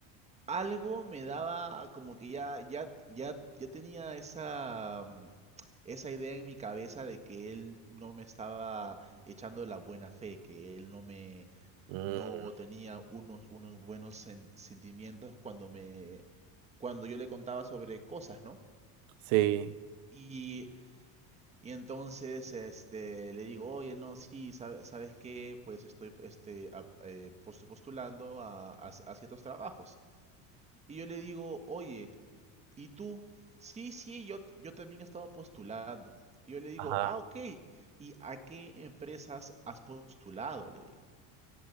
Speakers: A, on the right (about 15°); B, on the right (about 55°).
A: algo me daba como que ya, ya, ya, ya tenía esa, mm, esa idea en mi cabeza de que él no me estaba echando la buena fe, que él no me,
B: Mm,
A: no tenía unos, unos buenos sen- sentimientos cuando me, cuando yo le contaba sobre cosas, ¿no?
B: sí,
A: Y, y entonces este, le digo, oye, no, sí, sabe- ¿sabes qué? Pues estoy este, ap- eh, postu- postulando a, a a ciertos trabajos. Y yo le digo, oye, ¿Y tú? Sí, sí, yo, yo también he estado postulando. Y yo le digo,
B: ajá,
A: ah, ok. ¿Y a qué empresas has postulado? Le digo.